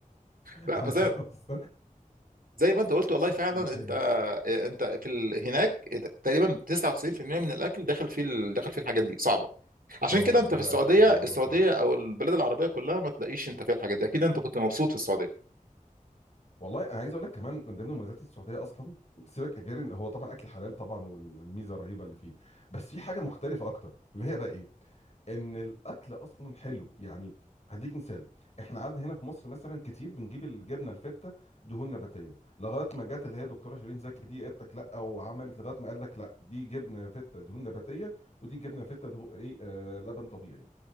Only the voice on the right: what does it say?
لا فزي
زي ما انت قلت والله فعلا
انت
انت في ال... هناك تقريبا 99% من الاكل داخل فيه ال... داخل فيه الحاجات دي صعبه عشان
كده انت
في السعوديه
السعوديه
او البلاد العربيه كلها ما تلاقيش انت فيها الحاجات دي اكيد انت كنت مبسوط في السعوديه